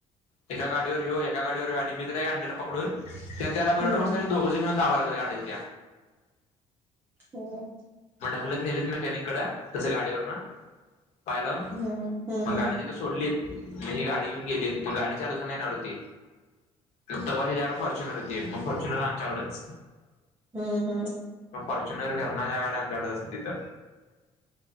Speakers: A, on the left (about 70°); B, on the right (about 20°).
A: एका गाडीवर येेऊ एका गाडीवर येेऊ आणि मित्र एक आणलेला पकडून त्या त्याला बूलेटर
B: हम्म
A: बसल्या दोघंच मिळून दाबाय लाग गाडीत
B: हो का
A: मी ढकलत नेलेत मेकॅनिक कड तस गाडीवर ना पाय लावून
B: हम्म हम्म
A: मग गाडीची तर सोडली म ही गाडी घेऊन गेली मग गाडी चालूच नाही येणार होती मग तवर हे जाड फॉर्च्युनर दे मग फॉर्च्युनर आमच्याकडेच
B: हम्म हम्म
A: फॉर्च्युनर फिरण या्या गाडी आमच्याकड असत तिथं